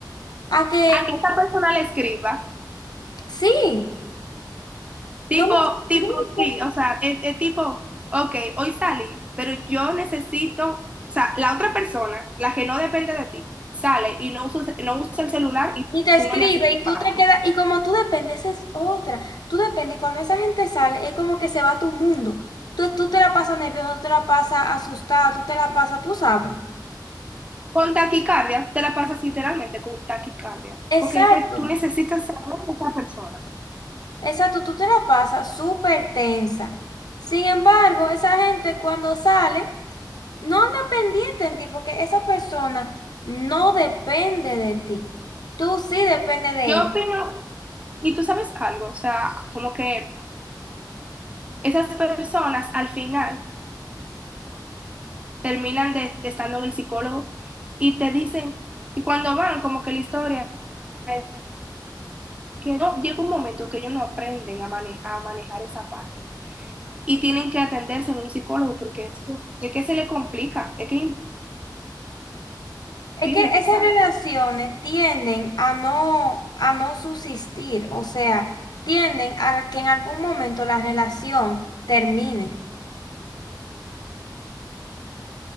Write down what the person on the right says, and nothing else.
a que esa persona le escriba.
Tipo,
tipo, sí, o sea, es, es tipo, ok, hoy salí, pero yo necesito, o sea, la otra persona, la que no depende de ti, sale y no usa, no usa el celular y
tú no le haces
falta.
Con taquicardia, te la pasas literalmente con taquicardia, porque
es que tú necesitas saber de esa persona.
Yo
opino, y tú sabes algo, o sea, como que esas personas al final terminan de, de estando en el psicólogo y te dicen, y cuando van, como que la historia, eh, que no, llega un momento que ellos no aprenden a, mane- a manejar esa parte y tienen que atenderse en un psicólogo porque es, es que se le complica, es que es
imposible
que salga,